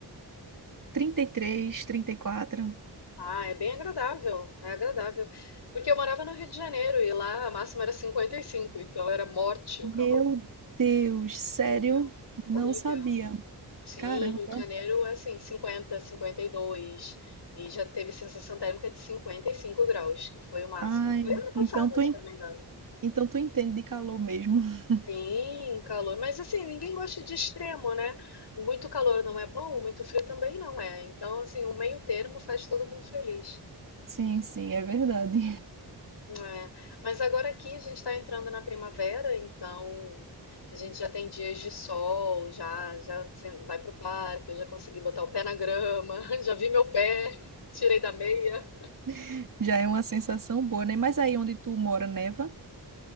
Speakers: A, on the right; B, on the left.
A: Trinta trinta e três, trinta e quatro.
B: Ah, é bem agradável, é agradável. Porque eu morava no Rio de Janeiro e lá a máxima era 55, então era morte o
A: Meu
B: calor.
A: Deus, sério?
B: Horrível,
A: Não
B: horrível.
A: sabia.
B: Sim,
A: Caramba.
B: Rio de Janeiro é assim, cinquenta, cinquenta e dois e já teve sensação térmica de 55 graus, que foi o máximo.
A: Ai,
B: Foi ano passado,
A: então tu,
B: se
A: en-
B: eu não me engano.
A: então tu entende de calor mesmo. <laughs>
B: Sim, calor. Mas assim, ninguém gosta de extremo, né? Muito calor não é bom, muito frio também não é. Então, assim, o meio termo faz todo mundo feliz.
A: Sim, sim, é verdade.
B: É, mas agora aqui a gente está entrando na primavera, então a gente já tem dias de sol, já já você vai pro parque, eu já consegui botar o pé na grama, <laughs> já vi meu pé, <laughs> tirei da meia.
A: <laughs> Já é uma sensação boa, né? Mas aí onde tu mora, neva?